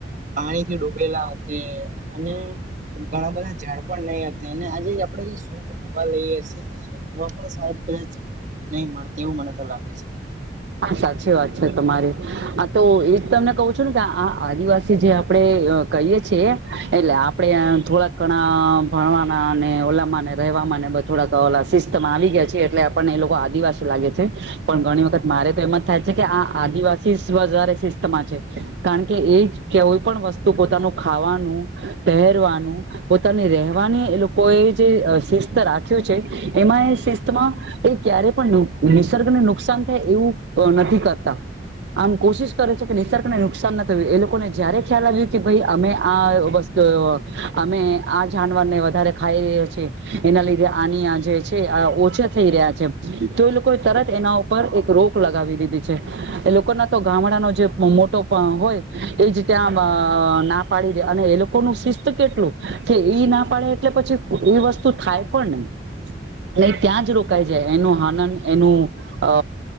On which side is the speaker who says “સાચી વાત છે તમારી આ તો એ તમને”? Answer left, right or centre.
Right